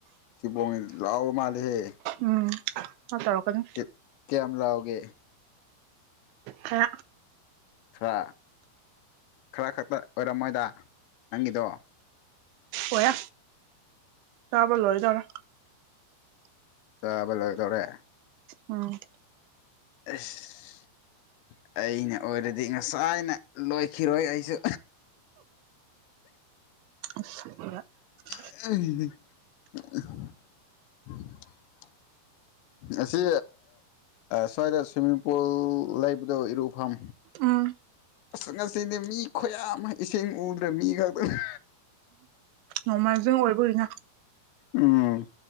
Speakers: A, on the left (about 80°); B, on the right (about 80°).
A: ꯊꯤꯕꯣꯡ ꯂꯥꯎꯕ ꯃꯥꯜꯂꯤꯍ‌ꯦ
B: ꯎꯝ ꯇꯧꯔꯛꯀꯅꯤ
A: ꯀꯤ ꯀꯌꯥꯝ ꯂꯥꯎꯒ‌ꯦ
B: ꯍ
A: ꯈꯔ ꯈꯔ ꯈꯛꯇ ꯑꯣꯏꯔꯝꯃꯣꯏꯗ ꯅꯪꯒꯤꯗꯣ
B: ꯑꯣꯏ ꯆꯥꯕ ꯂꯣꯏꯗꯧꯔ
A: ꯆꯥꯕ ꯂꯣꯏꯗꯧꯔꯦ
B: ꯎꯝ
A: ꯑꯦꯁ ꯑꯩꯅ ꯑꯣꯏꯔꯗꯤ ꯉꯁꯥꯏꯅ ꯂꯣꯏꯈꯤꯔꯣꯏ ꯑꯩꯁꯨ
B: <unintelligible> <inaudible>
A: <unintelligible> ꯑꯁꯤ ꯁ꯭ꯋꯥꯏꯗ ꯁ꯭ꯋꯤꯃꯤꯡ ꯄꯨꯜ ꯂꯩꯕꯗꯣ ꯏꯔꯨꯐꯝ
B: ꯎꯝ
A: ꯑꯁ ꯉꯁꯤꯗꯤ ꯃꯤ ꯈꯨꯌꯥ ꯑꯃ ꯏꯁꯤꯡ ꯎꯗ꯭ꯔꯦ ꯃꯤ ꯈꯛꯇꯅꯤ
B: ꯅꯣꯡꯃꯥꯢꯖꯤꯡ ꯑꯣꯏꯕꯒꯤꯅꯦ
A: ꯎꯝ